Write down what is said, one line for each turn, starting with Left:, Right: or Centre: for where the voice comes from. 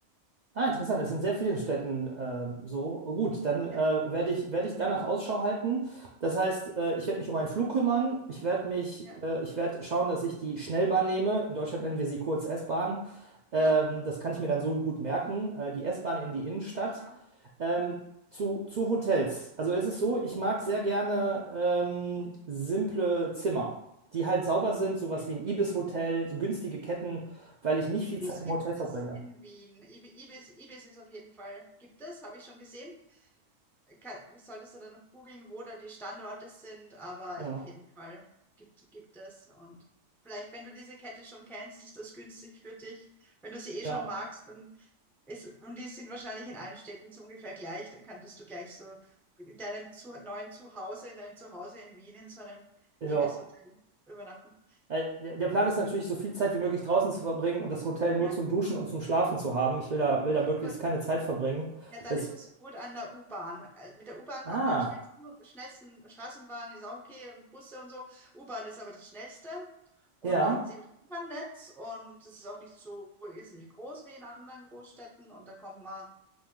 Right: Ah, interessant, das ist in sehr vielen Städten ähm, so. Oh, Gut, dann äh,
Centre: Ja,
Right: werde ich, werde ich danach Ausschau halten. Das heißt, äh, ich werde mich um einen Flug kümmern. Ich werde mich,
Centre: ja,
Right: äh, ich werde schauen, dass ich die Schnellbahn nehme. In Deutschland nennen wir sie kurz S-Bahn. Ähm,
Centre: ja,
Right: das kann ich mir dann so gut merken. Äh, die S-Bahn in die Innenstadt.
Centre: genau.
Right: Ähm, zu, zu Hotels. Also es ist so, ich mag sehr gerne ähm, simple Zimmer, die halt sauber sind, sowas
Centre: Okay.
Right: wie ein Ibis-Hotel, so günstige Ketten, weil ich nicht
Centre: Ibis
Right: viel Zeit im
Centre: gibt
Right: Hotel
Centre: es
Right: verbringe.
Centre: in Wien. Ibi- Ibis, Ibis ist auf jeden Fall, gibt es, habe ich schon gesehen. kann, solltest du dann noch googeln, wo da die Standorte sind, aber
Right: Mhm.
Centre: ist auf jeden Fall gibt, gibt es. Und vielleicht, wenn du diese Kette schon kennst, ist das günstig für dich. Wenn du sie eh
Right: Ja.
Centre: schon magst, dann ist, und die sind wahrscheinlich in allen Städten so ungefähr gleich, dann könntest du gleich so in deinem zu, neuen Zuhause, in deinem Zuhause in Wien in so einem
Right: Ja.
Centre: Ibis-Hotel übernachten.
Right: Äh, Der der Plan ist natürlich, so viel Zeit wie möglich draußen zu verbringen und das Hotel nur
Centre: Ja,
Right: zum Duschen und zum Schlafen zu haben. Ich will da, will
Centre: okay,
Right: da möglichst
Centre: gut.
Right: keine Zeit verbringen.
Centre: Ja, dann
Right: Das,
Centre: ist es gut an der U-Bahn. Äh, Mit der U-Bahn
Right: ah,
Centre: kommt man am schnellsten, schnellsten Straßenbahn ist auch okay und Busse und so. U-Bahn ist aber das Schnellste. Und
Right: ja,
Centre: da gibt es eben das U-Bahn-Netz und das ist auch nicht so ist nicht groß wie in anderen Großstädten. Und da kommt man